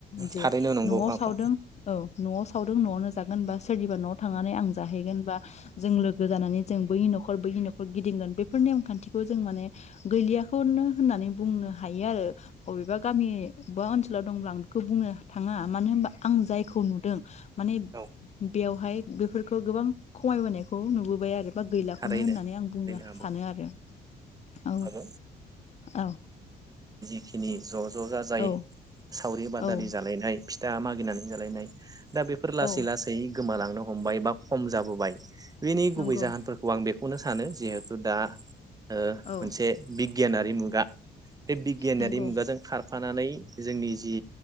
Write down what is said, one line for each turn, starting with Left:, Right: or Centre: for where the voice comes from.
Left: जे
Right: थारैनो नंगौ
Left: न'आव
Right: आब'
Left: सावदों औ न'आव सावदों न'आवनो जागोन बा सोरनिबा न थांनानै आं जाहैगोन बा जों लोगो जानानै जों बै नख खर बैनि नखर गिदिंगोन बेफोर नेम खान्थिखौ जों माने गैलियाखौनो होननानै बुंनो हायो आरो अबेबा गामि बा ओनसोलाव दंब्ला आं बेखौ बुंनो थांङा मानो होनोमबा आं जायखौ नुद दों माने
Right: औ
Left: बेवहाय बेफोरखौ गोबां खमायबोनायखौ नुबो बाय आरो बा गैलाखौनो
Right: थारैनो
Left: होननानै
Right: थारैनो
Left: आं बुंनो
Right: आब'
Left: सानो आरो औ
Right: आब'
Left: औ
Right: खिनि ज ज ज जाय
Left: औ
Right: सावरि बादालि
Left: औ
Right: जालायनाय फिथा मागिनानै जालायनाय दा बेफोर
Left: औ
Right: लासै लासै गोमालांनो हमबाय बा खम जाबोबाय बि
Left: नंगौ
Right: गुबै जाहोनफोरखौ आं बे खौनो सानो जिहेथु दा ओ
Left: औ
Right: मोनसे बिग बि गियानारि मुगा बे बिगियानयारि
Left: नंगौ
Right: मुगाजों खारफानानै जोंनि जि